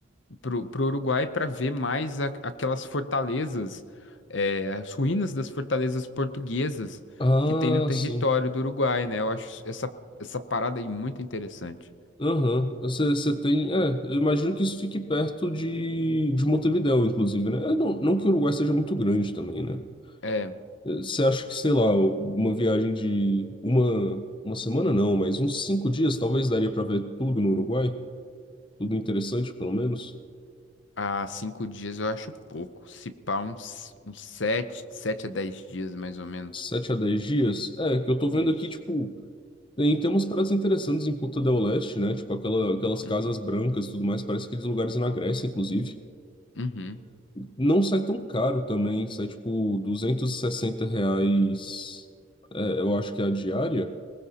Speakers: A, on the left (about 65°); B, on the left (about 25°).
A: o Uruguai para ver mais a- aquelas fortalezas, é, as ruínas das fortalezas portuguesas
B: Ah,
A: que tem no território
B: ah, sim.
A: do Uruguai, né? Eu acho essa, essa parada aí muito interessante.
B: Aham. Você, você tem. É, eu imagino que isso fique perto de, de Montevidéu, inclusive, né? É, Não, não que o Uruguai seja muito grande também, né?
A: É,
B: É, Você acha que, sei lá, uma viagem de uma, uma semana não, mas uns cinco dias talvez daria para ver tudo no Uruguai? Tudo interessante, pelo menos.
A: há cinco dias eu acho pouco. Se pá, uns, uns sete, sete a dez dias, mais ou menos.
B: Sete a dez dias? É, que eu tô vendo
A: Isso.
B: aqui, tipo, tem, tem umas paradas interessantes em Punta del Este, né? Tipo, aquela, aquelas
A: Uhum.
B: casas brancas e tudo mais, parece aqueles lugares na Grécia, inclusive.
A: Uhum.
B: Não sai tão caro também, sai, tipo, 260 reais, é, eu acho que é a diária?